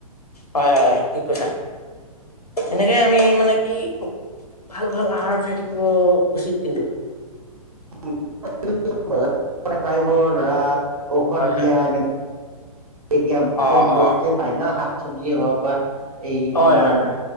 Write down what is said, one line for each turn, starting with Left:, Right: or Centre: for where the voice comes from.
Left: হয় হয়, ঠিক কৈছা। সেনেকেই আমি মানে কি খুব ভাল ভাল আহাৰ খাই থাকিব উচিত কিন্তু।
Right: <unintelligible> প্ৰায়বোৰ ধৰা ঔষধ
Left: হয় হয়
Right: দিয়া এ এতিয়া বহুত
Left: অ অ
Right: বস্তুৱে পায় ন শাক চবজি হওক বা এই
Left: হয়
Right: তোমাৰ
Left: হয় হয়